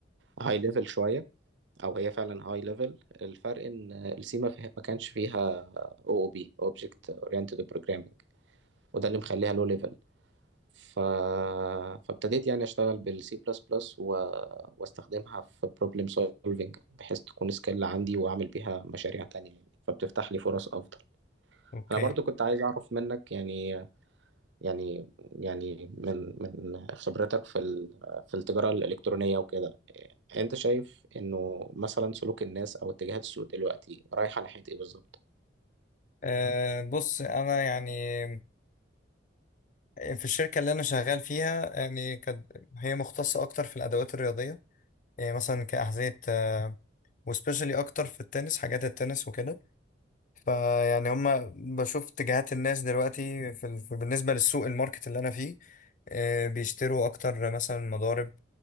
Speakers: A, on the right; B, on the left.
A: هاي ليفل شويه او هي فعلا هاي ليفل الفرق ان السي ما فيها ما كانش فيها او او بي اوبجكت اورينتد بروجرامنج وده اللي مخليها لو ليفل ف... فابتديت يعني اشتغل بالسي بلس بلس و... واستخدمها في بروبلم سولفنج بحيث تكون سكيل عندي واعمل بيها مشاريع تانية يعني فبتفتح لي فرص افضل
B: اوكي
A: انا برضو كنت عايز اعرف منك يعني يعني يعني من من خبرتك في ال- في التجارة الإلكترونية وكده أنت شايف إنه مثلا سلوك الناس أو اتجاهات السوق دلوقتي رايحة ناحية إيه بالظبط؟
B: أه بص انا يعني في الشركة اللي انا شغال فيها يعني كانت هي مختصة اكتر في الادوات الرياضية يعني مثلا كأحذية وسبيشالي اكتر في التنس حاجات التنس وكده فيعني هما بشوف اتجاهات الناس دلوقتي في ال- بالنسبة للسوق الماركت اللي انا فيه آه، بيشتروا اكتر مثلا مضارب